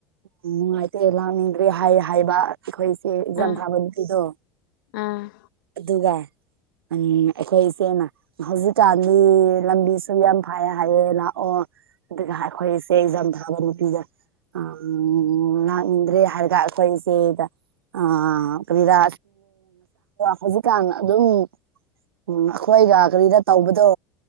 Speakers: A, on the right; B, on the left.
A: ꯎꯝ ꯅꯨꯡꯉꯥꯏꯇꯦ ꯂꯥꯛꯅꯤꯡꯒꯔꯦ ꯍꯥꯏ ꯍꯥꯏꯕ ꯑꯩꯈꯣꯏ ꯑꯦ ꯑꯦꯛꯖꯥꯝ
B: ꯎꯝ ꯎꯝ
A: ꯊꯥꯕ ꯅꯨꯄꯤꯗꯣ
B: ꯎꯝ
A: ꯑꯗꯨꯒ ꯎꯝ ꯑꯩꯈꯣꯏ ꯏꯆꯦꯅ ꯍꯧꯖꯤꯛꯀꯥꯟꯗꯤ ꯂꯝꯕꯤꯁꯨ ꯑꯗꯨꯝ ꯌꯥꯝ ꯐꯩꯌꯦ ꯍꯥꯏꯌꯦ ꯂꯥꯛꯑꯣ ꯑꯗꯨꯒ ꯑꯩꯈꯣꯏꯁꯦ ꯖꯥꯝ ꯑꯦꯛꯖꯥꯝꯊꯥꯕ ꯅꯨꯄꯤꯒꯥ ꯑꯪ ꯂꯥꯛꯅꯤꯡꯗꯔꯦ ꯍꯥꯏꯔꯒ ꯑꯩꯈꯣꯏꯁꯦ ꯑꯥ ꯀꯔꯤꯔꯥ ꯍꯧꯖꯤꯛꯀꯥꯟ ꯑꯗꯨꯝ ꯎꯝ ꯑꯩꯈꯣꯏꯒ ꯀꯔꯤꯗ ꯇꯧꯕꯗꯣ